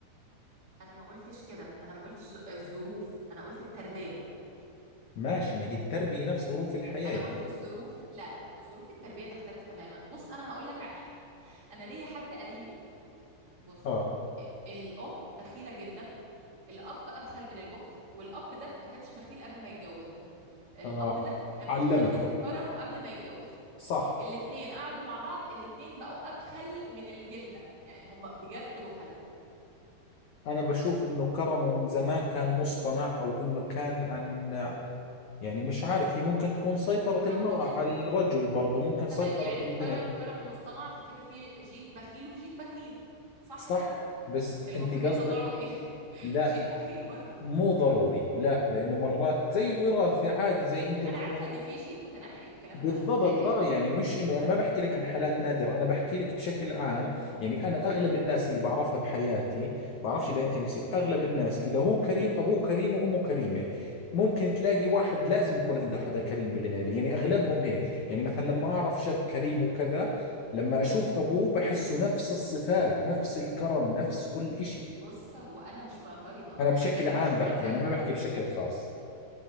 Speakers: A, on the right; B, on the left.
A: انا ما قلتش كده انا ما قلتش ز- الظروف انا قلت التربية
B: ماشي ما هي التربية نفس ظروف الحياة
A: انا
B: يعني
A: قلت الظروف لا لا ظروف التربية تختلف تماما بص انا هقول لك على حاجة انا ليا حد قريبي بص
B: اه
A: الأم بخيلة جدا الأب أبخل من البخل والأب ده ما كانش بخيل قبل ما يتجوزها الأب
B: اه
A: ده كان
B: علمته
A: في قمة الكرم قبل ما يتجوز
B: صح
A: الاتنين قعدوا مع بعض الاتنين بقوا أبخل من الجلدة يعني هم بجد بخلة
B: انا بشوف انه كرمه من زمان كان مصطنع او انه كان عن يعني مش عارف هي ممكن تكون سيطرة
A: طب
B: المرأة
A: تمام
B: على الرجل برضه ممكن سيطرة
A: تمام يعني
B: البنت
A: كرم كرم ومصطنع فكده في جين بخيل وجين بخيل صح
B: صح
A: كده
B: بس
A: المفروض
B: انت
A: يطلعوا
B: قصدك
A: ايه <laughs>
B: لا
A: جين بخيل برضه
B: مو ضروري لا لانه مرات زي الوراثة عادي زي انت مثلا
A: انا عارفه ان في جين متنحي والكلام
B: بالضبط
A: ده انا فاهماك
B: اه
A: اكيد
B: يعني مش انه انا ما بحكي لك عن حالات نادرة انا بحكي لك بشكل عام يعني انا اغلب الناس اللي بعرفها بحياتي بعرفش اذا انت نفسي اغلب الناس اذا هو كريم ابوه كريم وامه كريمة ممكن تلاقي واحد لازم يكون عنده حدا كريم بالعيلة يعني اغلبهم هيك يعني مثلا لما اعرف شاب كريم وكذا لما اشوف ابوه بحسه نفس الصفات نفس الكرم نفس كل اشي
A: بص هو انا مش معترضه
B: انا
A: انا
B: بشكل
A: بجد
B: عام
A: مش
B: بحكي
A: معترضه
B: انا ما بحكي بشكل خاص